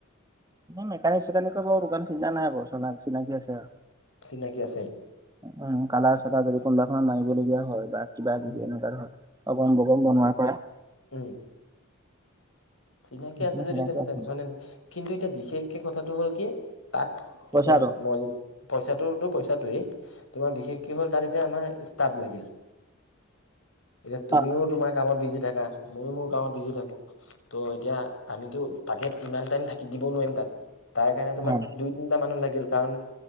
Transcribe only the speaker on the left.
চিনাকি আছে?
উম
উম চিনাকি
আছে যদি
তেনে
টেনচনে
নাই। কিন্তু এতিয়া বিশেষকে কথাটো হ'ল কি তাত
এতিয়া মই য পইচাটোতো পইচাটোয়েই তোমাৰ বিশেষকে হ'ল তাত এতিয়া আমাৰ ষ্টাফ লাগিল এতিয়া তুমিও
তোমাৰ কামত বিজি থাকা, মইয়ো মোৰ কামত বিজি থাকো তো এতিয়া আমিটো তাকে ইমান টাইম থাকি দিবও নোৱাৰিম তাত তাৰ কাৰণে তোমাৰ
দুই তিনটা মানুহ লাগিল কাৰণ